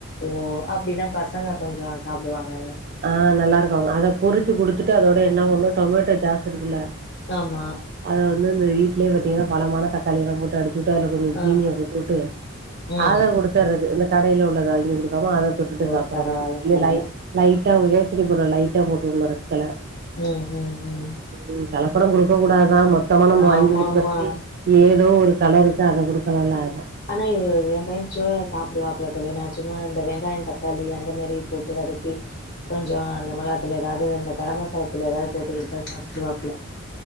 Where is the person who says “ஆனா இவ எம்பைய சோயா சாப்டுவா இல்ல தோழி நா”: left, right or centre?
Left